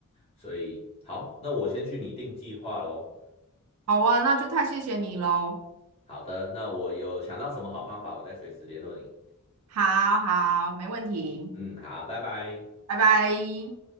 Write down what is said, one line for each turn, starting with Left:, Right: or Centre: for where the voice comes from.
Left: 所以好，那我先去拟定计划喽。
Right: 好啊，那就太谢谢你喽。
Left: 好的，那我有想到什么好方法，我再随时联络你。
Right: 好好，没问题，
Left: 嗯，好，拜拜。
Right: 拜拜。